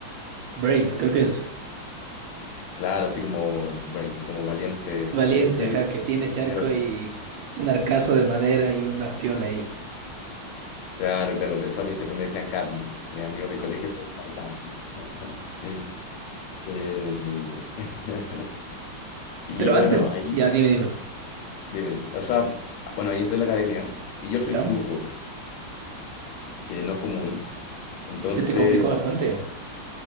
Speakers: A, on the right (about 75°); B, on the left (about 80°).
A: Brave, creo que es.
B: Claro, así como Brave, como valiente,
A: Valiente,
B: creo que
A: ajá, que tiene ese arco
B: algo así.
A: y un arcazo de madera y una piola ahí.
B: Claro, claro. De hecho, a mí siempre me decían Katniss. Mis amigos del colegio se llamaban Katniss. <laughs> Eh, <laughs> y
A: Pero
B: bueno,
A: antes,
B: ahí,
A: ya, dime, dime.
B: dime, dime. o sea, bueno, ahí entré a la academia y yo soy
A: ¿Ya?
B: zurdo, que no es común. Entonces,
A: Se te complicó bastante.